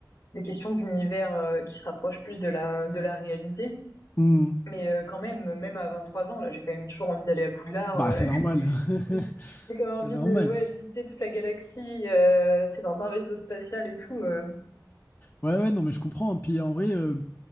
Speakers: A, on the left; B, on the left.
A: des questions d'univers euh, qui se rapprochent plus de la, de la réalité.
B: Hmm.
A: Mais euh, quand même, même à 23 ans, là, j'ai quand même toujours envie d'aller à Poudlard.
B: Bah,
A: euh.
B: c'est normal.
A: ouais. <laughs>
B: <laughs>
A: J'ai quand même envie
B: C'est normal.
A: de ouais, visiter toute la galaxie, euh, tu sais, dans un vaisseau spatial et tout. euh.
B: Ouais, ouais, non, mais je comprends. Hein. Puis en vrai, euh,